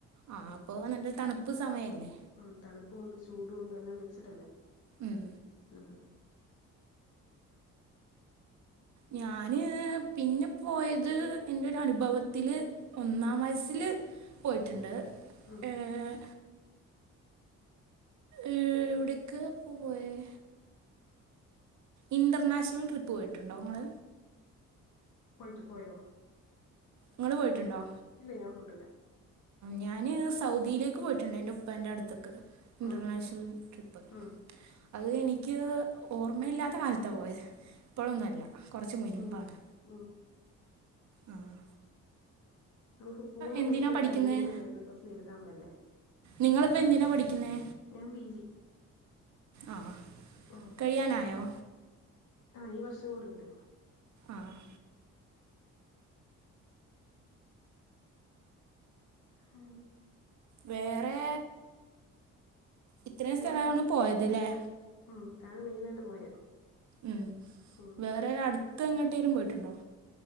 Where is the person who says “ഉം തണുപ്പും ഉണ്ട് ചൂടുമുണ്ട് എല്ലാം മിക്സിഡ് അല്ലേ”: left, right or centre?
Left